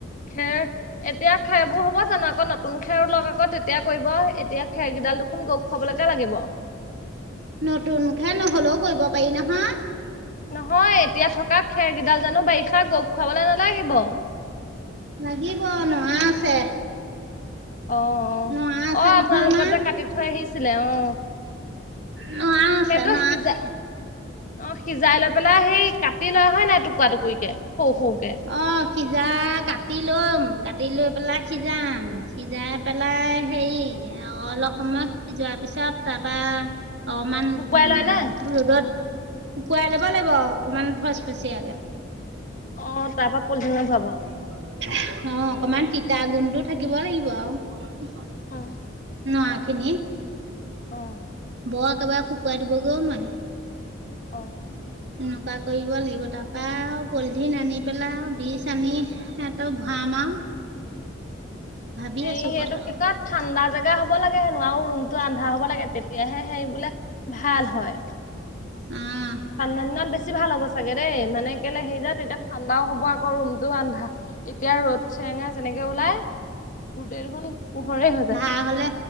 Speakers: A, on the left; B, on the right.
A: খে এ এতিয়া খেৰবোৰ হ'ব জানো আকৌ নতুন খেৰো লওক আকৌ তেতিয়া কৰিব এতিয়া খেৰকেইডাল দুখোন গপ খুৱাবলৈকে লাগিব
B: নতুনকে নহ'লেও কৰিব পাৰি নহয়
A: নহয় এতিয়া থকা খেৰকেইডাল জানো বাৰিষা গপ খুৱাবলে নালাগিব
B: লাগিব নোহা আছে
A: অ অ
B: নৰা আছে
A: আহ
B: নহয়
A: আপোনালোকৰ
B: আমাৰ
A: যে কাটি থৈ আহিছিলে অ
B: নহ আছে
A: সেইটো
B: ন
A: সিজা অ সিজাই লৈ পেলাই সেই কাটি লোৱা হয় নাই টুৰা টুকুৰি কেে সৰু সৰুকে
B: অঁ সিজা কাটি ল'ম কাটি লৈ পেলাই সিজাম সিজাই পেলাই হেৰি অলপ সময় যোৱাৰ পিছত তাৰপা অকমান
A: শুকুৱাই লয় না
B: ৰ'দত কুকুৱাই ল'ব লাগিব অকমান ফচ ফচিয়ীয়াকে
A: অ তাৰ পৰাা পলথ ন ভব
B: মহাৰ অ অকমান তিতা গুণটো থাকিব লাগিব আৰু
A: অ
B: ন এখিনি
A: অ
B: বৰ একেবাৰে শুকুৱাই দিবগৈও নোৱাৰি
A: আহ
B: এনেকুৱা কৰিব লাগিব তাৰপা আৰু পলিথিন আনি পেলাই বীজ আনি সিহঁতক ভৰা ম আৰু ভাবি
A: এই
B: আছোঁ
A: সেইটো
B: কথাটো
A: কি কয় ঠাণ্ডা জেগা হ'ব লাগে হেনো আৰু ৰুম টো আন্ধা হ'ব লাগে তেতিয়াহে সে বোলে ভাল হয়
B: উম
A: ঠাণ্ডা দিনত বেছি ভাল হ'ব চাগে দেই মানে কেলে সে যায় তেতিয়া ঠাণ্ডাও হ'ব আকৌ ৰুমতটো আন্ধা এতিয়া ৰ'দ চেৰেঙা যেনেকে ওলাই গোটেই দেখনোন পোহৰে হৈ যায়
B: নহ'লে